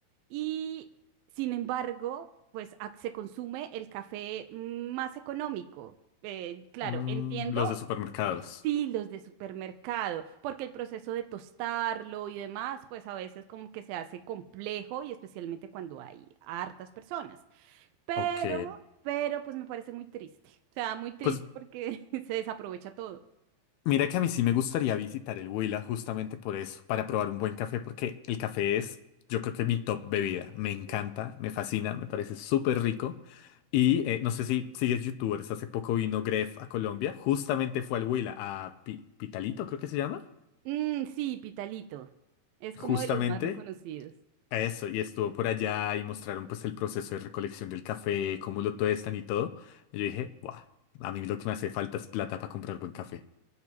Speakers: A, on the right; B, on the left.
A: y sin embargo, pues ac- se consume el café más económico. Eh, claro,
B: Mm,
A: entiendo
B: los de supermercados.
A: sí los de supermercado, porque el proceso de tostarlo y demás, pues a veces como que se hace complejo y especialmente cuando hay hartas personas. Pero,
B: Ok.
A: pero pues me parece muy triste. O sea, muy triste
B: Pues
A: porque <laughs> se desaprovecha todo.
B: Mira que a mí sí me gustaría visitar el Huila justamente por eso, para probar un buen café, porque el café es, yo creo que mi top bebida. Me encanta,
A: Ujú.
B: me fascina, me parece súper rico. Y eh, no sé si sigues youtubers, hace poco vino Gref a Colombia, justamente fue al Huila, a Pi- Pitalito creo que se llama,
A: Mm, sí, Pitalito. Es como
B: justamente
A: de los más Sí. reconocidos.
B: a eso, y estuvo por allá y mostraron pues el proceso de recolección del café, cómo lo tuestan y todo. Y yo dije, guau, a mí lo que me hace falta es plata para comprar buen café.